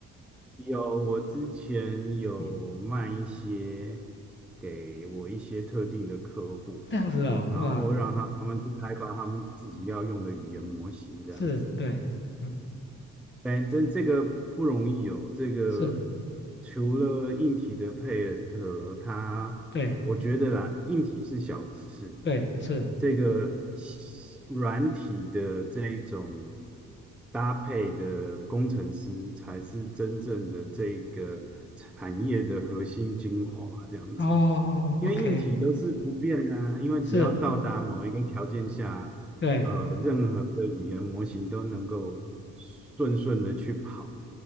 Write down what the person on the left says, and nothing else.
嗯，
这样子哦，
哇，
是，对，嗯，
是，
对，
对，是，
哦，OK，
是，对，